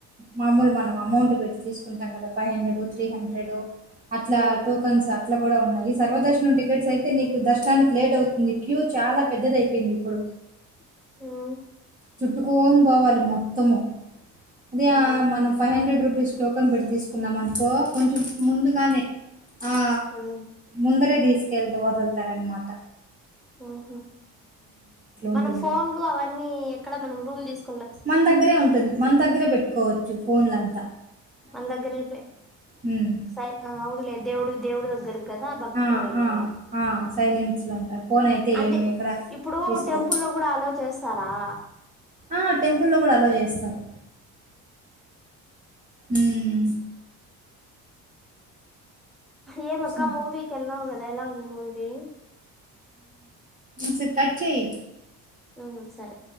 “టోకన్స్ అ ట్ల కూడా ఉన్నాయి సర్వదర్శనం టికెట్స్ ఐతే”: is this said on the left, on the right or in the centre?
Right